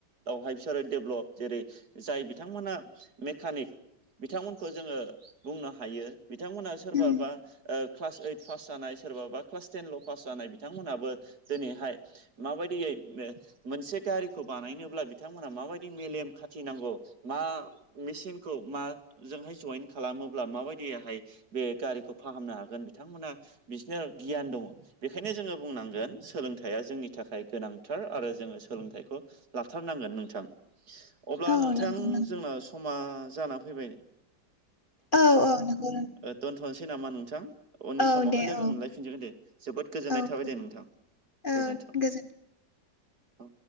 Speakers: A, on the right; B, on the left.
A: बेवहाय बिसोरो डेभ्लप जेरै जाय बिथांमोना मेकानिक बिथांमोनखौ जोङो बुंनो हायो। बिथांमोना सोरबाबा
B: उम
A: ओ क्लास ओइट पास जानाय सोरबाबा क्लास टेनल' पास जानाय बिथांमोनहाबो दिनैहाय माबायदियै मोनसे गारिखौ बानायनोब्ला बिथांमोनहा माबायदि मेलेम खाथिनांगौ मा मेचिनखौ माजोंहाय जइेन खालामोब्ला माबायदिहाय बे गारिखौ फाहामनो हागोन बिथांमोना बिसनो गियान दङ। बेखायनो जोङो बुंनांगोन सोलोंथाइया जोंनि थाखाय गोनांथार आरो जोङो सोलोंथाइखौ ला थारनांगोन नोंथां। अब्ला
B: औ
A: नोंथां
B: नंगौ
A: जोंनााव समा जानानै फैबाय
B: औ औ नोंगौ।
A: ओ दोन्थ'नोसै नामा नोंथां? उननि
B: औ
A: समावहाय
B: दे
A: लोगो
B: औ
A: मोनलायफिनजोगोन दे। जोबोद गोजोननाय
B: औ
A: थाबाय
B: गोजोन-
A: दे नोंथां।
B: औ
A: गोजोन्थों
B: गो
A: औ